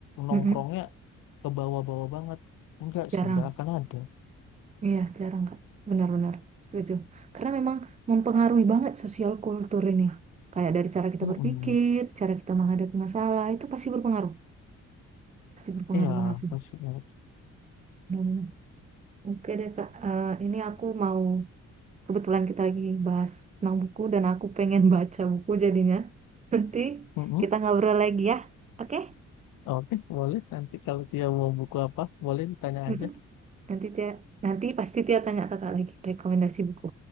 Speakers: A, on the left (about 80°); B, on the right (about 25°).
A: nongkrongnya
B: Mm-mm.
A: ke bawah-bawah banget. Enggak
B: Cara
A: sih, enggak akan ada.
B: Iya, jarang Kak. Benar-benar setuju. Karena memang mempengaruhi banget sosial kultur ini. Kayak dari cara kita
A: Mm-mm.
B: berpikir, cara kita menghadapi masalah, itu pasti berpengaruh. Pasti berpengaruh
A: Iya,
B: banget sih.
A: pasti. enggak.
B: Benar-benar. Oke deh Kak, Eh, ini aku mau, kebetulan kita lagi bahas tentang buku dan aku pengen <laughs> baca buku jadinya. <laughs> Nanti
A: Mm-mm.
B: kita ngobrol lagi ya, oke?
A: Oke, boleh. Nanti kalau dia mau buku apa, boleh ditanya
B: Mm-mm.
A: aja.
B: Nanti Tia, nanti pasti Tia tanya Kakak lagi rekomendasi buku.